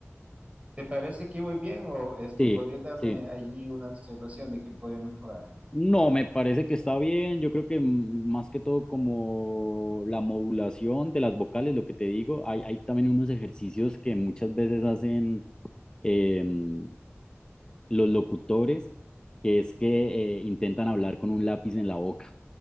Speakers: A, on the right; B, on the left.
A: ¿Te parece que voy bien o este,
B: Sí,
A: podría darme
B: sí.
A: allí una observación de que podría mejorar?
B: No, me parece que está bien. Yo creo que mm, más que todo como la modulación de las vocales, lo que te digo, hay, hay también unos ejercicios que muchas veces hacen em, los locutores, que es que eh, intentan hablar con un lápiz en la boca.